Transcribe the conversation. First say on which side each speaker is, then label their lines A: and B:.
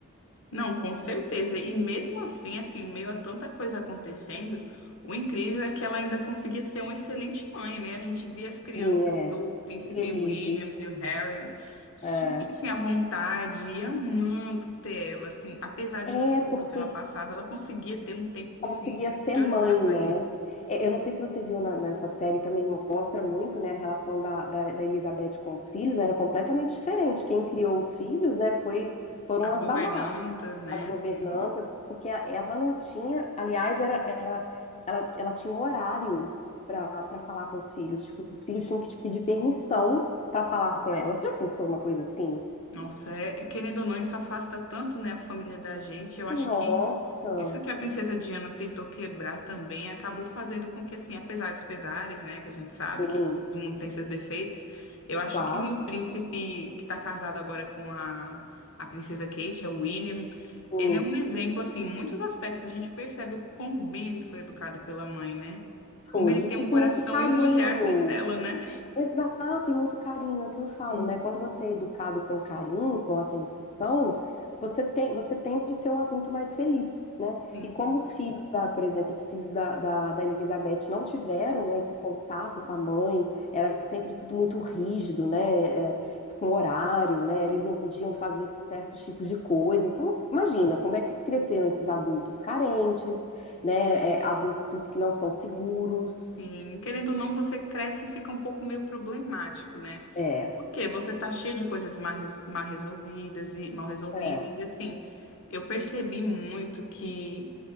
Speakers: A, on the left; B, on the left.
A: Não, com certeza. E mesmo assim, assim, meio a tanta coisa acontecendo, o incrível é que ela ainda conseguia ser uma excelente mãe, né? A gente via as crianças,
B: Linha, é,
A: o príncipe
B: felizes.
A: William e o Harry, super
B: É,
A: assim, à vontade e amando ter ela, assim, apesar de
B: é
A: tudo
B: porque
A: que ela passava, ela conseguia ter um tempo,
B: conseguia
A: assim,
B: ser
A: que priorizava
B: mãe, né?
A: ele.
B: É, Eu não sei se você viu na- nessa série, também mostra muito, né, a relação da, da, da Elizabeth com os filhos, era completamente diferente. Quem criou os filhos, né, foi, foram
A: As
B: as
A: governantas,
B: babás,
A: né?
B: as governantas,
A: assim.
B: porque a- ela não tinha, aliás, era, era, ela, ela tinha horário para para falar com os filhos, tipo, os filhos tinham que te pedir permissão para falar com ela. Você já pensou uma coisa assim?
A: Nossa, é, querendo ou não, isso afasta tanto, né, a família da gente. Eu acho
B: Nossa,
A: que isso que a princesa Diana tentou quebrar também acabou fazendo com que, assim, apesar dos pesares, né, que a gente sabe
B: sim,
A: que todo mundo tem seus defeitos, eu acho
B: claro.
A: que o príncipe que está casado agora com a, a princesa Kate, é o William,
B: Sim.
A: ele é um exemplo, assim, em muitos aspectos. A gente percebe o quão bem ele foi educado pela mãe, né?
B: Foi,
A: Como ele tem
B: e
A: um
B: e
A: coração
B: com muito carinho.
A: e um olhar como o dela, né?
B: Exato, e muito carinho, é o que eu falo,
A: Uhum.
B: né? Quando você é educado com carinho, com atenção, você tem, você tende a ser um adulto mais feliz, né?
A: Sim.
B: E como os filhos da, por exemplo, os filhos da, da, da Elizabeth não tiveram, né, esse contato com a mãe, era sempre tudo muito rígido, né? É, com horário, né? Eles não podiam fazer certos tipos de coisa. Então, imagina como é que cresceram esses adultos carentes, né? é, adultos que não são seguros.
A: Sim, querendo ou não, você cresce e fica um pouco meio problemático, né?
B: É,
A: Porque você tá cheio de coisas mal reso- mal resolvidas e mal resolvidas.
B: é.
A: E assim, eu percebi muito que,